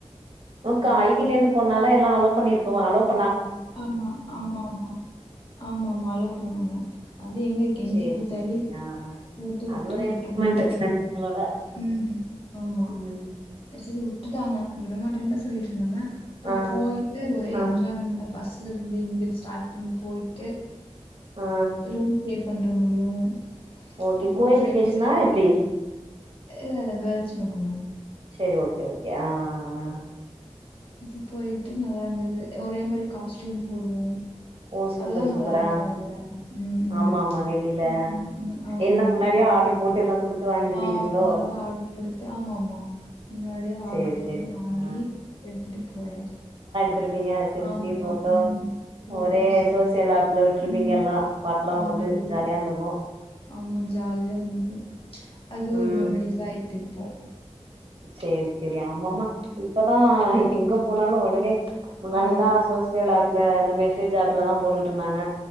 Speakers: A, on the right (about 55°); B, on the left (about 50°).
A: ஒனக்கு
B: ஆம்.
A: ஐ வி-லேந்துப் போரனால எல்லா அலோ பண்ணிட்ப்போவ அலோப்
B: ஆமா ஆமா ஆமா ஆமா ஆமா அளோ பன்னாங்க அது எங்க கெஞ்சி
A: சேரி
B: கூத்தாடி
A: சேரி சேரி ஆ ஆ
B: போட்டு விட்டு
A: அது ஒரு
B: விட்டாங்க
A: என்ஜாய்மெண்ட் ஃப்ரெண்ட்ஸ்ங்களோட
B: ம் ஆமா
A: ம்
B: கடசில விட்டுட்டாங்க விடமாட்டேன் தா சொல்லிட்ருந்தாங்க அப்புறம்
A: ஆ
B: போயிட்டு ஒரே
A: ஆ
B: என்ஜாய்மெண்ட் தா பஸ் ஸ்ல இருந்து இங்க ஸ்டார்ட் பண்ணி போயிட்டு
A: ஆ
B: ரூம் பே பண்ற முடியும்
A: ஓகே
B: அப்புறம்
A: கோ எஜுகேஷனா
B: ஃப்ரெண்ட்ஸ் எல்லாம்
A: எப்டி
B: ஒரே இல்ல இல்ல கேர்ல்ஸ் மட்டும் தா
A: சரி ஓகே ஓக் ஆ ஆ ஆ
B: அப்ப போயிட்டு நல்லா இருந்தது ஒரே மாரி காஸ்ட்யூம் போடுவோம்
A: ஓ சூப்பர்
B: அதெல்லா
A: சூப்பர்
B: நல்லா இருக்குல்ல
A: ஆ
B: ம்ம்
A: ஆமா ஆமா வெளில
B: அப்புறம் ஃப்ர ஆமா
A: என்ன முன்னாடியே
B: ஆமா
A: ஆர்டர் போட்டு எல்லா குடுத்து வாங்கிட்டு
B: ஆ
A: போயிட்டீங்களோ
B: முன்னல்லா ஆர்டரு போடுத்து ஆமாம்மா முன்னாடியே
A: சேரி
B: ஆர்டரு போட்டு
A: சேரி
B: வாங்கி
A: ஆ
B: எடுத்துட்டு போயாச்சு
A: துருப்பிங்க செல்ஃபி
B: ஆமா.
A: போட்டோ
B: ம். ஃபோட்டோஸ்
A: ஒரே சோ இல்ல விட்ருப்பீங்க
B: ம்.
A: எல்லா பாட்டு எல்லா
B: ஆமா
A: போட்டு
B: இல்ல.
A: ஜாலியா இருந்துருக்கு
B: ஆமா ஜாலியா இருந்தது அது
A: ம்
B: ஒரு மெமரிஸ்தா ஆயி டிப்போ
A: சேரி செரி ஆமாமா இப்பதா எங்க போனாலு ஒடனே முன்னாடில்லா
B: ஆமா.
A: சோசியல் ஆப் ல இந்த மெசேஜ் ஆப்ல தா போட்டுட்டு இருந்தாங்க